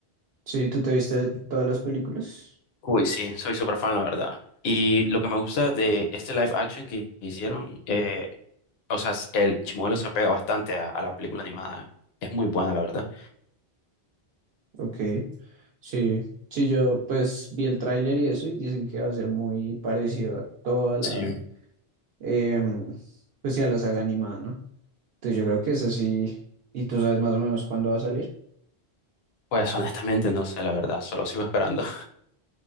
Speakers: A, on the right; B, on the left.
A: Sí, ¿tú te viste todas las películas?
B: Uy, sí, soy súper fan, la verdad. Y lo que me gusta de este live action que hicieron, eh, o sea, el Chimuelo se apega bastante a a la película animada. Es muy buena, la verdad.
A: Ok, sí. Sí, yo pues vi el tráiler y eso y dicen que va a ser muy parecido a toda la,
B: Sí.
A: em, pues sí, a la saga animada, ¿no? Entonces yo creo que es así. ¿Y tú sabes más o menos cuándo va a salir?
B: Pues honestamente no sé, la verdad, solo sigo esperando.